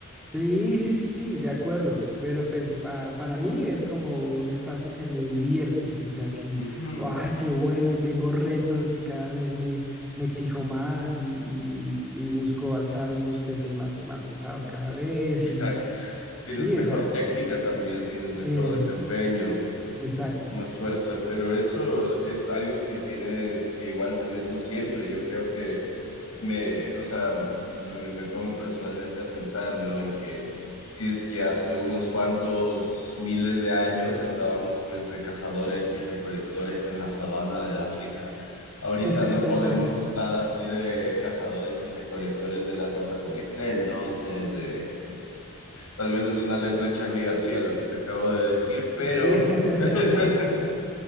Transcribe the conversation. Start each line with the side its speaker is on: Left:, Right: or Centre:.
Centre: Sí, sí, sí, sí, de acuerdo, pero pues pa- para mí es como un espacio que me divierte, o sea que,
Left: Ujú.
Centre: ay, qué bueno y tengo retos y cada vez me, me exijo más y, y- y busco alzar unos pesos más, más pesados cada vez
Left: Exacto.
Centre: y sí,
Left: Tienes mejor
Centre: esa,
Left: técnica también, tienes mejor
Centre: eh,
Left: desempeño,
Centre: exacto.
Left: más fuerza, pero eso es algo que tienes que igual tenerlo siempre. Yo creo que me, o sea, me, me pongo personalmente a pensar, ¿no? En que si es que hace unos cuantos miles de años estábamos pues de cazadores y recolectores en la sabana del África. Ahorita
Centre: <laughs>
Left: no podemos estar así de cazadores y recolectores de las hojas del Excel, ¿no? O sea, es de Tal vez es una letra Charlie García lo que te acabo de decir, pero
Centre: Sí, <laughs>
Left: <laughs>